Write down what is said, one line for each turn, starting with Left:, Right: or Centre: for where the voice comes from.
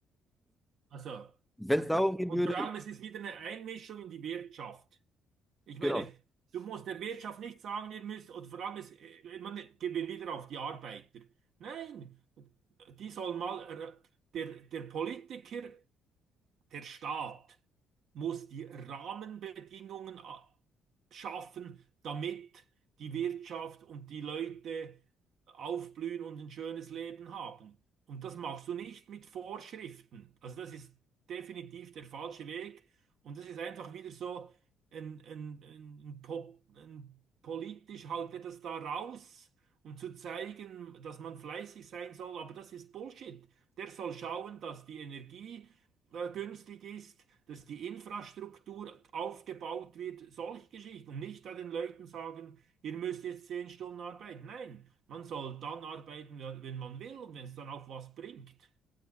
Right: Also.
Centre: wenn es darum gehen
Right: Und
Centre: würde,
Right: vor allem, es ist wieder eine Einmischung in die Wirtschaft. Ich
Centre: genau,
Right: meine, du musst der Wirtschaft nicht sagen, ihr müsst, und vor allem, es, äh, man gehen wir wieder auf die Arbeiter. Nein, die sollen mal, äh, der, der Politiker der Staat muss die Rahmenbedingungen a- schaffen, damit die Wirtschaft und die Leute aufblühen und ein schönes Leben haben. Und das machst du nicht mit Vorschriften. Also das ist definitiv der falsche Weg. Und das ist einfach wieder so ein, ein, ein, ein, po- ein politisch haut er das da raus um zu zeigen, dass man fleißig sein soll. Aber das ist Bullshit. Der soll schauen, dass die Energie äh, günstig ist, dass die Infrastruktur aufgebaut wird, solche Geschichten. Und nicht da den Leuten sagen, ihr müsst jetzt zehn Stunden arbeiten. Nein, man soll dann arbeiten, wenn wenn man will und wenn es dann auch was bringt.